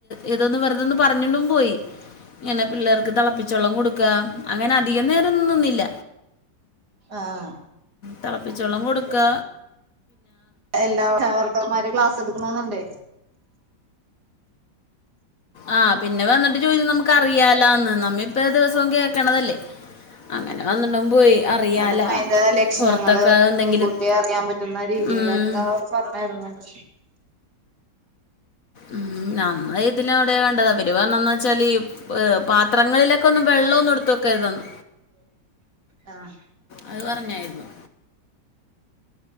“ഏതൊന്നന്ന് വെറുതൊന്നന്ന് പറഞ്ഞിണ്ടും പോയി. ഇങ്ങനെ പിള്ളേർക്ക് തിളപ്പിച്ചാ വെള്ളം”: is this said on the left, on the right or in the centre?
Left